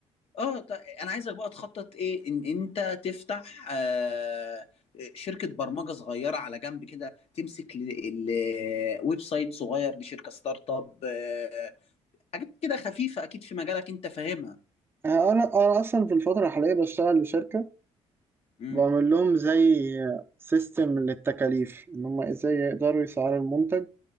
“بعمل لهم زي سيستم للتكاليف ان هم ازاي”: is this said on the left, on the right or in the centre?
Right